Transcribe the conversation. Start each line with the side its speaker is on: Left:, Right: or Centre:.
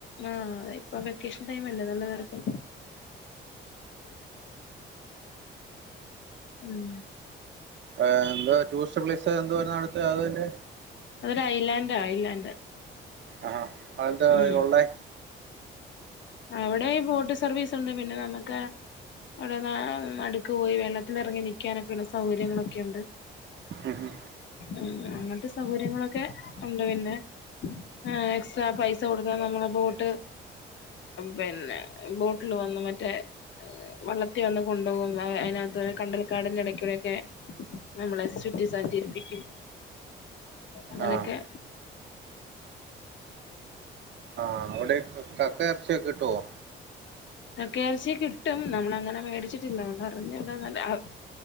Left: ആഹ് ഇപ്പൊ വെക്കേഷൻ ടൈം അല്ലേ നല്ലതർക്കും ഉം
Right: ആഹ് എന്തുവ ടൂറിസ്റ്റ് പ്ലേസ് എന്ന് പറഞ്ഞ അടുത്ത് അതിന്റെ
Left: അതോര് ഐലാൻഡ് ആഹ് ഐലാൻഡ്
Right: ആണോ അതെന്താ അളിന്റെവായിലോള്ളേ
Left: ഉം അവിടെ ബോട്ട് സർവീസ് ഒണ്ട് പിന്നെ നമുക്ക് അവിടെ ന നടുക്ക് പോയി വെള്ളത്തിലിറങ്ങി നൽക്കാനൊക്കെയ ഉള്ള സൗകര്യങ്ങളൊക്കെ ഉണ്ട്
Right: ഉം ഹ
Left: ഉ അങ്ങനത്തെ സൗകര്യങ്ങളൊക്കെ ഉണ്ട് പിന്നെ ആ എക്സ്ട്രാ പൈസ കൊടുത്താൽ നമ്മളെ ബോട്ട് പിന്നെ ബോട്ടിൽ വന്ന് മറ്റേ വള്ളത്തി വന്ന് കൊണ്ടുപോകും അതിനകത്ത് കണ്ടൽക്കാടിൻ ഇടയ്ക്കൂടൊക്കെ നമ്മളെ ചുറ്റി സഞ്ചരിപ്പിക്കും അങ്ങനെയൊക്കെ
Right: ആഹ് ആ അവിടെ കക്ക ഇറച്ചിയൊക്കെ കിട്ടുവോ
Left: കക്കേറച്ചി കിട്ടും നമ്മളഅങ്ങനെ മേടിച്ചിട്ടില്ലതുകൊണ്ട് അറിഞ്ഞൂട എന്നാലും നല്ല